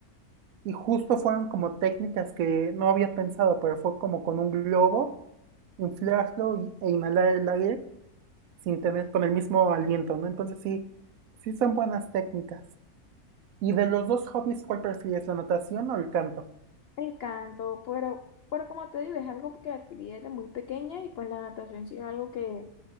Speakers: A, on the right; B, on the left.
A: y justo fueron como técnicas que no había pensado, pero fue como con un globo, inflarlo y- e inhalar el aire sin tener con el mismo aliento, ¿no? Entonces sí, sí son buenas técnicas. ¿Y de los dos hobbies, cuál prefieres, la natación o el canto?
B: El canto, pero, pero como te digo, es algo que adquirí desde muy pequeña y pues la natación sí es algo que,